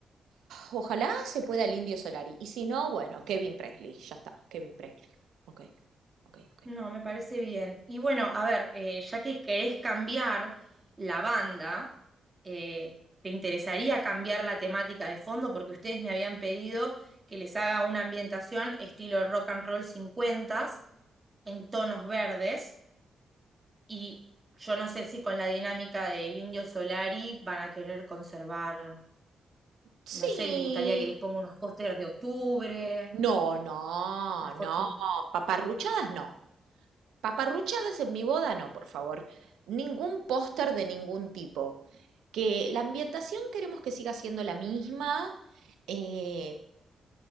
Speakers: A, on the right; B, on the right.
A: Ojalá se pueda el Indio Solari. Y si no, bueno, Kevin Presley. Ya está, Kevin Presley. Ok, ok, ok.
B: No, me parece bien. Y bueno, a ver, eh, ya que querés cambiar la banda, eh, ¿te interesaría cambiar la temática de fondo? Porque ustedes me habían pedido que les haga una ambientación estilo rock and roll 50 en tonos verdes y yo no sé si con la dinámica del Indio Solari van a querer conservar,
A: Sí.
B: no sé, les gustaría que les ponga unos pósters de octubre,
A: No, no,
B: una foto.
A: no. Paparruchadas no. Paparruchadas en mi boda no, por favor. Ningún póster de ningún tipo. Que la ambientación queremos que siga siendo la misma. eh,